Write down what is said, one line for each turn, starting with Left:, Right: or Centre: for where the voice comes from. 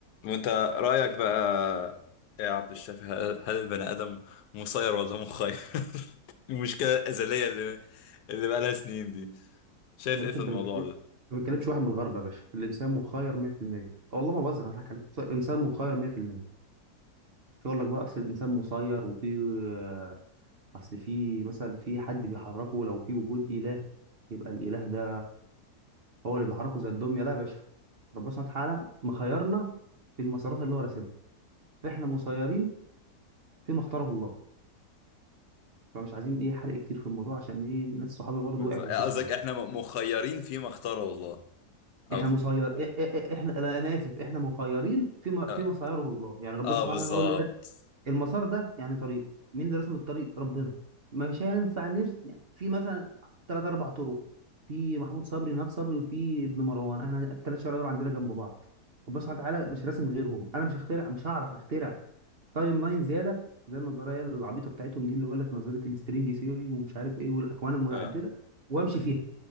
Left: وانت رأيك بقى إيه يا عبد الشافي هل هل البني آدم مسير ولا مخير؟ <laughs> المشكلة الأزلية اللي اللي بقى لها سنين دي شايف
Right: يا باشا
Left: ايه في
Right: انت
Left: الموضوع
Right: بتكلم
Left: ده؟
Right: ما بتكلمش واحد من الغرب يا باشا الانسان مخير 100% والله ما بهزر هضحك عليك انسان مخير 100% مش هقول لك بقى اصل الانسان مسير وفي آه، اصل في مثلا في حد بيحركه لو في وجود اله يبقى الاله ده هو اللي بيحركه زي الدميه لا يا باشا ربنا سبحانه وتعالى مخيرنا في المسارات اللي هو راسمها فاحنا مسيرين فيما اختاره الله فمش عايزين ايه حرق كتير في الموضوع عشان ايه ناس صحابي برضه
Left: بالظبط
Right: وقعوا في
Left: إيه
Right: القصه
Left: قصدك
Right: دي
Left: احنا م- مخيرين فيما اختاره الله او
Right: احنا مسير إ- إ- إ- احنا لا، انا اسف احنا مخيرين فيما
Left: اه,
Right: فيما سيره الله يعني ربنا
Left: آه
Right: سبحانه
Left: بالظبط
Right: وتعالى هو اللي ر- المسار ده يعني طريق مين اللي رسم الطريق ربنا مش هينفع نرسم يعني في مثلا ثلاث اربع طرق في محمود صبري نهاد صبري وفي ابن مروان احنا الثلاث شوارع دول عندنا جنب بعض ربنا سبحانه وتعالى مش راسم غيرهم انا مش هخترع مش هعرف اخترع تايم لاين زياده زي النظريه العبيطه بتاعتهم دي اللي يقول لك نظريه السترينج ثيوري ومش عارف ايه والاكوان المتعدده
Left: اه
Right: وامشي فيها